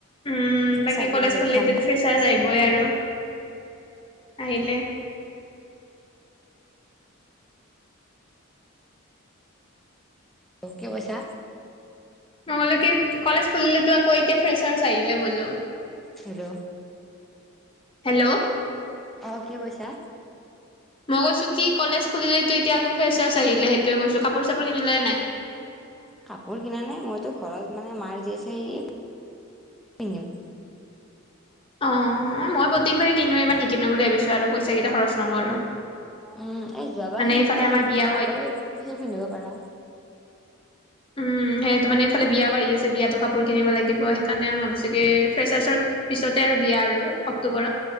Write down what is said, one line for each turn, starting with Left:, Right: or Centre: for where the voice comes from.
Left: উম বাকী
Centre: চাৰ্টিফিকেট
Left: কলেজ খুলিলে
Centre: খন
Left: টো ফ্ৰেৰ্চাছ আহিবই আৰু -আহিলে
Centre: অ', কি কৈছা?
Left: নহলে কি কলেজ খুলিলেতো আকৌ এতিয়া ফ্ৰেৰ্চাছ আহিলে বোলো।
Centre: হেল্ল'।
Left: হেল্ল'।
Centre: অ', কি কৈছা।
Left: মই কৈছো কি কলেজ খুলিলেতো এতিয়া আকৌ ফ্ৰেৰ্চাছ আহিলে সেইতোৱে কৈছো কাপোৰ-চাপোৰ কিনিলা‌ নে নাই?
Centre: কাপোৰ কিনা নাই মইতো ঘৰত মানে মাঁৰ যি আছে সেইয় -পিন্ধিম।
Left: অ', মই প্ৰত্যেকবাৰে কিনো এইবাৰ নিকিনো বুলি ভাবিছো আৰু পইচা কেইটা খৰচ নকৰো।
Centre: উম এই যোৱাবাৰ সেনেকুৱা
Left: এইফালে
Centre: মানে
Left: আমাৰ বিয়াও
Centre: কি আগৰে
Left: আহি
Centre: সি পিন্ধিব পাৰা।
Left: উম সেইটো মানে ইফালে বিয়াওঁ আহি আছে বিয়াতো কাপোৰ কিনিব লাগিব সেইকাৰণে আৰু ভাবিছোঁ কি ফ্ৰেৰ্চাছত পিছতে আৰু বিয়া আৰু অক্টোবৰত।